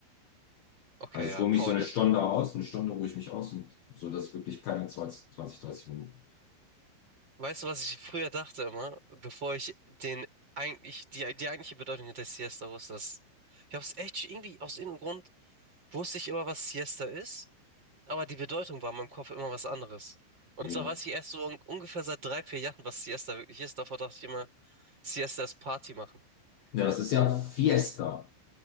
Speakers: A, on the right; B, on the left.
A: Okay,
B: Also ich
A: ja,
B: ruhe
A: Powernap.
B: mich so eine Stunde aus, eine Stunde ruhe ich mich aus und so, dass ich wirklich penne zwanzig zwanzig dreißig Minuten.
A: Weißt du, was ich früher dachte immer, bevor ich den eigentlich, die, die eigentliche Bedeutung der Siesta wusste, dass ich habe es echt irgendwie aus irgendeinem Grund wusste ich immer, was Siesta ist, aber die Bedeutung war in meinem Kopf immer was anderes. Und
B: Ja.
A: zwar weiß ich erst so un ungefähr seit drei, vier Jahren, was Siesta wirklich ist. Davor dachte ich immer, Siesta ist Party machen.
B: Ja, das ist ja Fiesta.